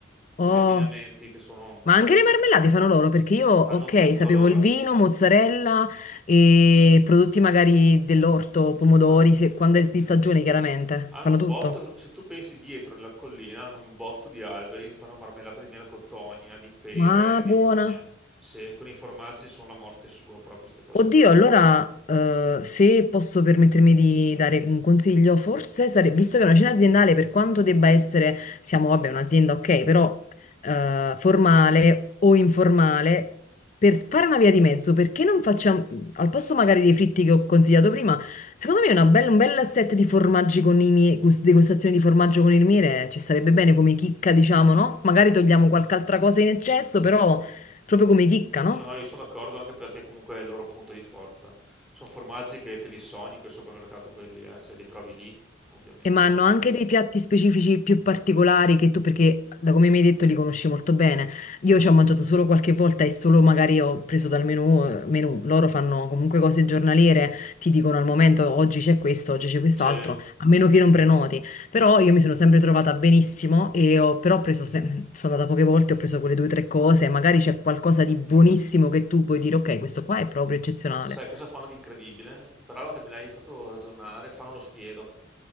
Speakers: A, on the left; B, in the centre.
A: Oh,
B: con gli abbinamenti che sono,
A: ma anche le marmellate fanno loro perché io, ok,
B: fanno tutto
A: sapevo
B: loro.
A: il vino, mozzarella e prodotti magari dell'orto, pomodori,
B: Fan-
A: se- quando è di stagione chiaramente,
B: Hanno
A: fanno
B: un
A: tutto.
B: botto, se tu pensi dietro nella collina, hanno un botto di alberi che fanno marmellata di melacotogna, di pere,
A: Ma
B: di
A: buona.
B: prugne. Se con i formaggi sono la morte sua, proprio queste cose
A: Oddio,
B: qui.
A: allora, eh, se posso permettermi di dare un consiglio, forse sarebbe, visto che è una cena aziendale, per quanto debba essere, siamo, vabbè, un'azienda, ok, però eh, formale o informale, per fare una via di mezzo, perché non facciamo, al posto magari dei fritti che ho consigliato prima, secondo me una bella- un bel set di formaggi con i miei, gust- degustazioni di formaggio con il miele ci starebbe bene come chicca, diciamo, no? Magari togliamo qualche altra cosa in eccesso, però proprio come chicca, no?
B: No, no, io sono d'accordo anche perché comunque è il loro punto di forza. Sono formaggi che te li sogni quel supermercato, quelli, eh, cioè li trovi lì, ovviamente.
A: E ma hanno anche dei piatti specifici più particolari che tu, perché da come mi hai detto li conosci molto bene. Io ci ho mangiato solo qualche volta e solo magari ho preso dal menù, eh, menù. Loro fanno comunque cose giornaliere, ti dicono al momento oggi c'è questo, oggi c'è quest'altro,
B: Cioè,
A: a meno che non prenoti. Però io mi sono sempre trovata benissimo e ho, però ho preso, se- sono andata poche volte, ho preso quelle due o tre cose, magari c'è qualcosa di buonissimo che tu puoi dire, ok, questo qua è proprio eccezionale.
B: sai cosa fanno di incredibile? Brava che me l'hai fatto ragionare, fanno lo spiedo.